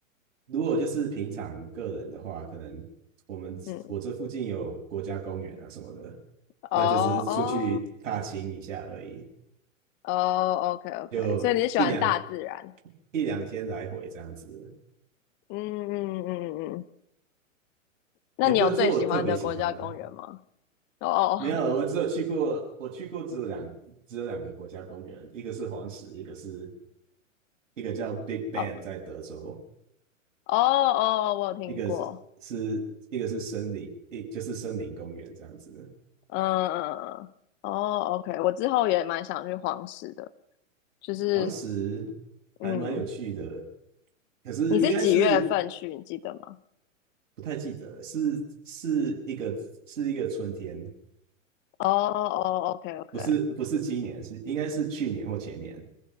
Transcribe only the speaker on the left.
嗯，
哦哦哦，OK OK，
所以你是喜欢大自然？
嗯嗯嗯嗯嗯，那你有最喜欢的国家公园吗？
哦
哦哦
哦哦，我有听过，
嗯嗯嗯，哦，OK，我之后也蛮想去黄石的，就是
嗯，
你是几月份去？你记得吗？
哦哦，OK OK，